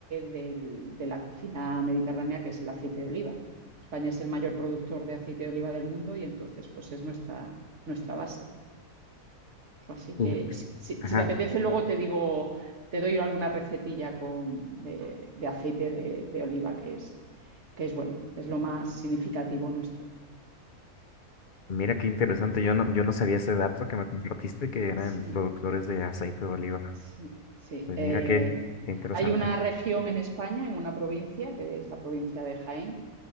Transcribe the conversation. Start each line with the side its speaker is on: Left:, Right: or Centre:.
Right: del- de la cocina mediterránea, que es el aceite de oliva. España es el mayor productor de aceite de oliva del mundo y entonces pues es nuestra, nuestra base. Así
Left: Ujú.
Right: que si, si-
Left: Ajá.
Right: si te apetece, luego te digo, te doy alguna recetilla con, de, de aceite de, de oliva, que es, que es bueno, es lo más significativo nuestro.
Left: Mira qué interesante, yo no, yo no sabía ese dato que me compartiste que eran
Right: Sí,
Left: productores de aceite de oliva.
Right: sí, sí.
Left: Pues
Right: Eh,
Left: mira qué, qué interesante.
Right: hay una región en España, en una provincia, que es la provincia de Jaén,